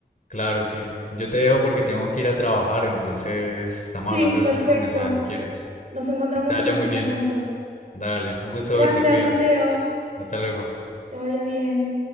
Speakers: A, on the left; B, on the right.
A: claro, sí. Yo te dejo porque tengo que ir a trabajar, entonces estamos
B: Sí,
A: hablando después
B: perfecto.
A: por mensaje si quieres.
B: Nos encontramos
A: Que te vaya
B: en otro
A: muy
B: momento.
A: bien. Dale, un gusto
B: Gracias,
A: verte, cuídate.
B: Mateo.
A: Hasta luego.
B: Que vaya bien.